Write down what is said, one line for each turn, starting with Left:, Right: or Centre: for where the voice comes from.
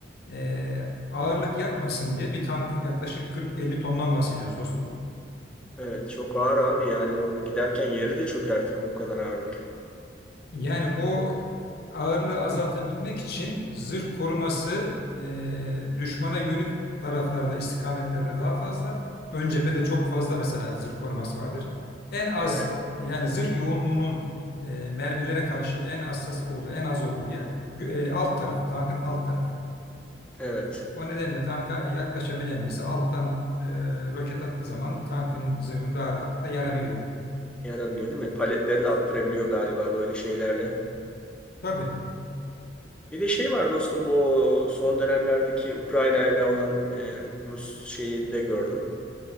Left: e, ağırlık yapmasın diye bir tank yaklaşık 40-50 tondan bahsediyoruz dostum.
Centre: evet. Çok ağır abi yani onun giderken yeri de çökertir bu kadar ağırlık.
Left: Yani o ağırlığı azaltabilmek için zırh koruması e, düşmana yönük taraflarda, istikametlerde daha fazla. Ön cephede çok fazla mesela zırh koruması vardır. En az
Centre: Evet,
Left: yani zırh yoğunluğunun e, mermilere karşı en hassas olduğu, en az olduğu yer gö- e, alt tarafı, tankın alt tarafı.
Centre: evet.
Left: O nedenle tanka yaklaşabilen birisi alttan e, roket attığı zaman tankın zırhını daha rahatlıkla yarabiliyor.
Centre: Yarabiliyor değil mi? Paletleri de attırabiliyor galiba böyle şeylerle.
Left: Tabii,
Centre: Bir de şey var dostum bu son dönemlerdeki Ukrayna ile olan e, Rus şeyinde gördüm.